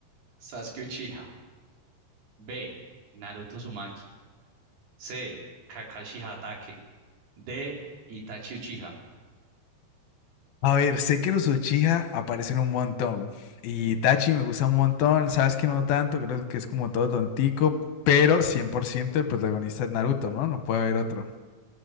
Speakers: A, on the right; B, on the left.
A: Sasuke Uchiha. B. Naruto Uzumaki. C. Kakashi Hatake. D. Itachi Uchiha.
B: A ver, sé que los Uchiha aparecen un montón. Y Itachi me gusta un montón. Sabes que no tanto, creo que es como todo tontico. Pero 100% el protagonista es Naruto, ¿no? No puede haber otro,